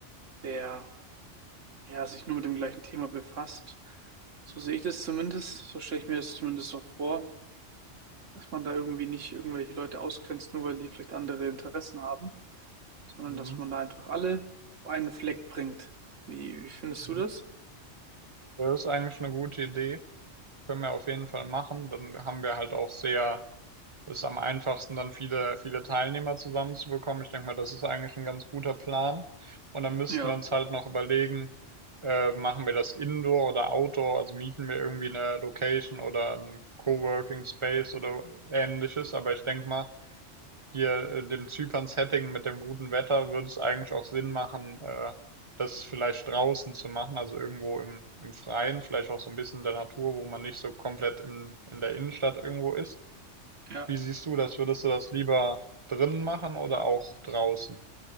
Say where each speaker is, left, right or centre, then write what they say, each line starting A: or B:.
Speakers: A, on the right; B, on the right.
A: der ja sich nur mit dem gleichen Thema befasst. So sehe ich das zumindest, so stelle ich mir das zumindest auch vor, dass man da irgendwie nicht irgendwelche Leute ausgrenzt, nur weil die vielleicht andere Interessen haben. sondern
B: Mhm.
A: dass man da einfach alle auf einen Fleck bringt. Wie, wie findest
B: Mhm.
A: du das?
B: Das ist eigentlich eine gute Idee. Können wir auf jeden Fall machen. Dann haben wir halt auch sehr ist am einfachsten, dann viele, viele Teilnehmer zusammenzubekommen. Ich denke mal, das ist eigentlich ein ganz guter Plan. Und dann müssten
A: Ja,
B: wir uns halt noch überlegen, äh, machen wir das Indoor oder Outdoor, also mieten wir irgendwie eine Location oder ein Coworking Space oder ähnliches. Aber ich denke mal, hier äh, dem Zypern-Setting mit dem guten Wetter würde es eigentlich auch Sinn machen, äh, das vielleicht draußen zu machen, also irgendwo im, im Freien, vielleicht auch so ein bisschen in der Natur, wo man nicht so komplett im, in der Innenstadt irgendwo ist.
A: ja.
B: Wie siehst du das? Würdest du das lieber drinnen machen oder auch draußen?